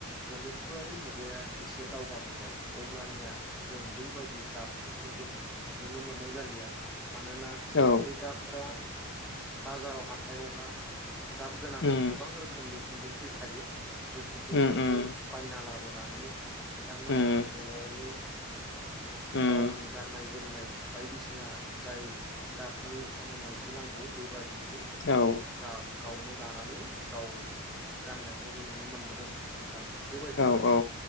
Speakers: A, in the centre; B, on the left.
A: गोनोखोआरि मुगाया एसे दावगाबोबाय अब्लानिया जों बैबायदि गाबफोरखौ जों नुनो मोननाय जालिया मानोना
B: औ
A: बे गाबफ्रा बाजाराव हाथायावहा गाब गोनां
B: उम
A: गोबां रोखोमनि खुन्दुं फैखायो बे खुदुंफोरखौ
B: उम उम
A: बायना लाबो लाबोनानै बिथांमोना
B: उम
A: न'आवनो
B: उम
A: गावनि गाननाय जोमनाय बायदिसिना जाय गाबनि बिथांमोना जि नांगौ बेबादि
B: औ
A: गा गावनो दानानै गाव गाननायखौ जों नुनो मोनबोदों नोंथां बेबायदिनो
B: औ औ